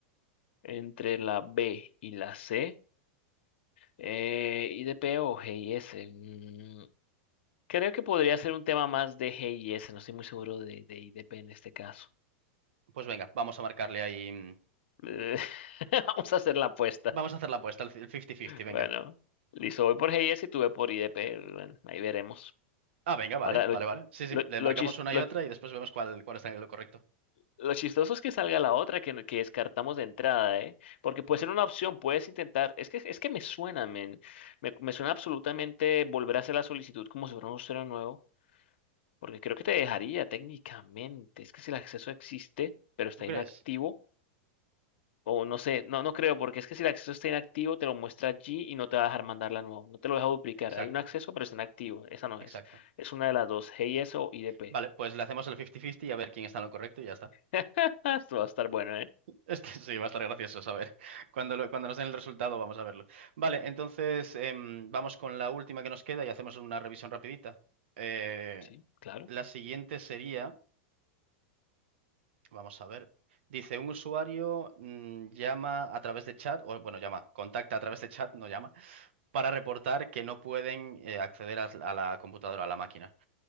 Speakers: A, on the left; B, on the right.
A: Entre la B y la C. Eh, y de P o G y S. mm, creo que podría ser un tema más de G y S. No estoy muy seguro de, de I, de P en este caso.
B: Pues venga, vamos a marcarle ahí. mm,
A: Eh, <laughs> Vamos a hacer la apuesta.
B: Vamos a hacer la apuesta, el 50-50, venga.
A: Bueno, listo. Voy por G y S y tú ve por I, de P. Bueno, ahí veremos.
B: Ah, venga, vale,
A: Ahora,
B: vale,
A: lo,
B: vale. Sí, sí,
A: lo,
B: le
A: lo
B: marcamos
A: chis-
B: una
A: lo-
B: y otra y después vemos cuál, cuál está en lo correcto.
A: Lo chistoso es que salga la otra que, que descartamos de entrada, ¿eh? Porque puede ser una opción, puedes intentar. Es que, es que me suena, men. Me, me suena absolutamente volver a hacer la solicitud como si fuera un usuario nuevo, porque creo que te dejaría técnicamente. Es que si el acceso existe, pero está
B: ¿Tú crees?
A: inactivo, o no sé, no, no creo, porque es que si el acceso está inactivo, te lo muestra allí y no te va a dejar mandarla nuevo, No te lo deja duplicar.
B: Exacto,
A: Hay un acceso, pero está inactivo. Esa no
B: exacto.
A: es. Es una de las dos, GIS o IDP.
B: Vale, pues le hacemos el 50-50 y a ver quién está en lo correcto y ya está.
A: <laughs> Esto va a estar bueno, ¿eh?
B: Este <laughs> sí va a estar gracioso saber. Cuando, lo- cuando nos den el resultado vamos a verlo. Vale, entonces em, vamos con la última que nos queda y hacemos una revisión rapidita. Eh,
A: Sí, claro.
B: la siguiente sería, vamos a ver. Dice, un usuario mm, llama a través de chat, o bueno, llama, contacta a través de chat, no llama para reportar que no pueden eh, acceder a, a la computadora, a la máquina.